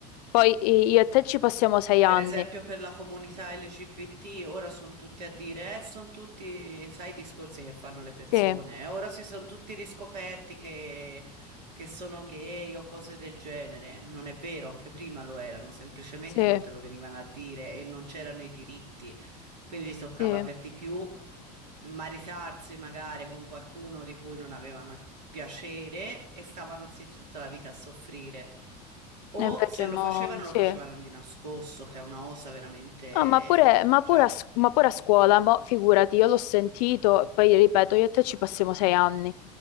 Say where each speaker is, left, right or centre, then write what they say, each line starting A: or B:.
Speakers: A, on the left (about 75°); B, on the right (about 85°).
A: Poi i- io e te ci passiamo sei
B: Per
A: anni.
B: esempio per la comunità LGBT ora sono tutti a dire, eh, sono tutti, sai, i discorsi che fanno le persone,
A: Sì,
B: eh, ora si sono tutti riscoperti che, che sono gay o cose del genere. Non è vero, anche prima lo erano, semplicemente
A: sì,
B: non te lo venivano a dire e non c'erano i diritti, quindi gli toccava
A: sì. E
B: per di più maritarsi magari con qualcuno di cui non avevano il piacere e stavano zitti tutta la vita a soffrire. O
A: invece
B: se lo
A: mo...
B: facevano,
A: Sì.
B: lo facevano di nascosto, che è una osa veramente...
A: Ah, ma pure, ma pure
B: Cioè,
A: a, s- ma pure a scuola, mo, figurati, io l'ho sentito, poi ripeto, io e te ci passiamo sei anni,